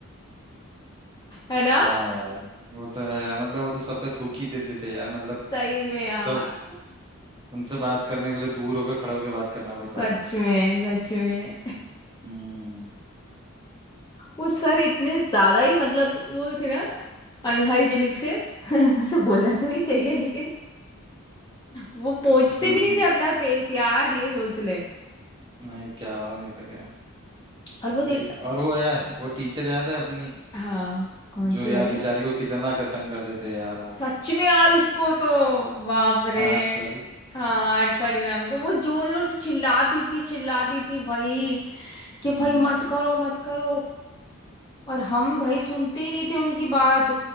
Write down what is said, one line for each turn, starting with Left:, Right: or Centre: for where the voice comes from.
Left: है ना
Right: हाँ यार वो तो है यार मतलब वो तो सब पे थूक ही देते थे यार मतलब
Left: सही में यार
Right: सब उनसे बात करने के लिए दूर होकर खड़े होकर बात करना पड़ता
Left: सच
Right: था
Left: में सच में
Right: हम्म
Left: वो सर इतने ज्यादा ही मतलब वो थे ना अनहाइजीनिक से <laughs> ऐसे बोलना तो नहीं चाहिए लेकिन वो पोंछते
Right: हम्म
Left: भी नहीं थे अपना फेस यार ये सोच ले
Right: नहीं क्या और नहीं था क्या
Left: और वो देख
Right: क्या ही और वो यार वो टीचर याद है अपनी
Left: हाँ कौन
Right: जो
Left: सी
Right: यार
Left: वाली
Right: बेचारी को कितना क- तंग कर देते यार वो
Left: सच में यार उसको तो बाप रे
Right: आर्ट्स वाली
Left: हाँ आर्ट्स वाली मैम को वो जोर जोर से चिल्लाती थी चिल्लाती थी भाई कि
Right: हम्म
Left: भाई मत करो मत करो और हम भाई सुनते ही नहीं थे उनकी बात